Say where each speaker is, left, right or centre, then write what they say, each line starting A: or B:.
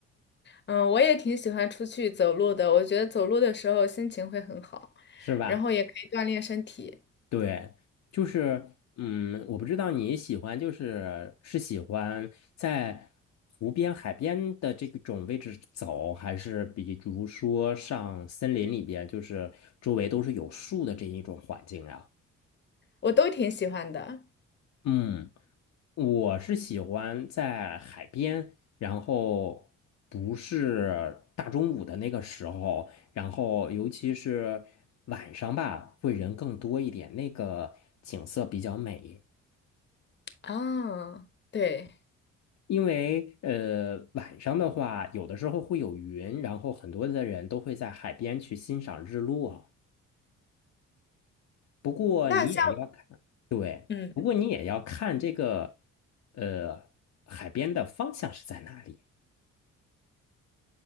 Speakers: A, on the left (about 35°); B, on the left (about 65°).
A: 嗯，我也挺喜欢出去走路的。我觉得走路的时候心情会很好，
B: 是吧？
A: 然后也可以锻炼身体，
B: 对，就是嗯，我不知道你喜欢就是是喜欢在湖边、海边的这种位置走，还是比如说上森林里边，就是周围都是有树的这一种环境啊？
A: 我都挺喜欢的。
B: 嗯。我是喜欢在海边，然后不是大中午的那个时候，然后尤其是晚上吧，会人更多一点，那个景色比较美。
A: 啊，对。
B: 因为呃，晚上的话，有的时候会有云，然后很多的人都会在海边去欣赏日落。不过你也要看，
A: 那像
B: 对，
A: 嗯，
B: 不过你也要看这个呃海边的方向是在哪里。